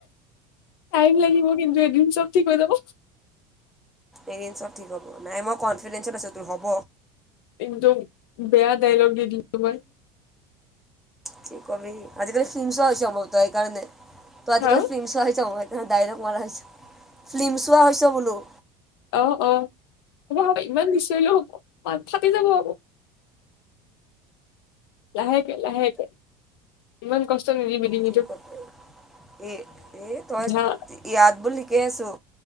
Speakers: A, on the left; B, in the centre.
A: টাইম লাগিব, কিন্তু এদিন চব ঠিক হৈ যাব।
B: এদিন চব ঠিক হ'ব নাই মই কনফিডেঞ্চত আছো তোৰ হ'ব
A: কিন্তু বেয়া ডাইলগ দি দিলো তোমাৰ
B: কি ক'বি আজিকালি ফিল্মছ হৈছ সম্ভৱত সেইকাৰণে ত আজিকালি
A: হা
B: ফিল্মছ হৈছ ডাইলগ মৰা হৈছে ফিল্ম চোৱা হৈছে বোলো।
A: অ', অ, হ'ব হ'ব ইমান নিচিঞৰিলেও হ'ব মাত ফাটি যাব আক লাহেকে লাহেকে ইমান কষ্ট নিদিবি দিঙিটো
B: কি কবি এ এ তই
A: ধ্যান
B: <unintelligible> ইয়াত বোল ঠিকেই আছোঁ